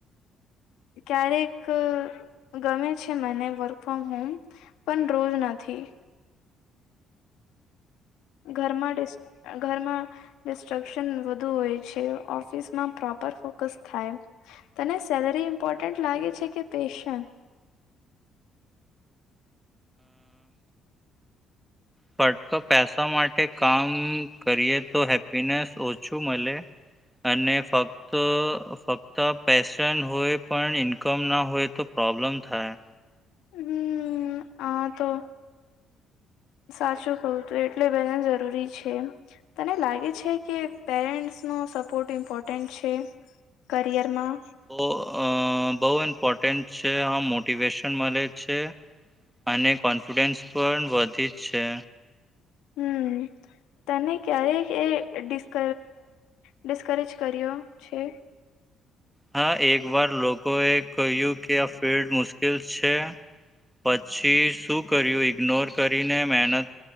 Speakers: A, on the left; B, in the centre.
A: ક્યારેક ગમે છે મને વર્ક ફ્રોમ હોમ, પણ રોજ નથી. ઘરમાં ઘરમાં ડિસ્ટ્રક્શન વધુ હોય છે, ઓફિસમાં પ્રોપર ફોકસ થાય. તને સેલરી ઇમ્પોર્ટન્ટ લાગે છે કે પેશન?
B: ફટક પેસા માટે કામ કરીએ તો હેપીનેસ ઓછું મલે. અને ફક્ત ફક્ત પેશન હોય, પણ ઇન્કમ ના હોય તો પ્રોબ્લેમ થાય.
A: હમ, આ તો સાચું કવું તું. એટલે બેલેન્સ જરૂરી છે. તને લાગે છે કે પેરેન્ટ્સનો સપોર્ટ ઇમ્પોર્ટન્ટ છે, કરિયરમાં?
B: ઓ ઓ બહુ ઇમ્પોર્ટન્ટ છે. આમ મોટિવેશન મલે છે, અને કોન્ફિડન્સ પણ વધી જ છે.
A: હમ, તને ક્યારે એ ડિસ્ક ડિસ્કરેજ કર્યો છે?
B: હા એક વાર લોકો એ કહ્યું કે આ ફિલ્ડ મુશ્કેલ છે. પછી શું કર્યું, ઇગ્નોર કરીને મહેનત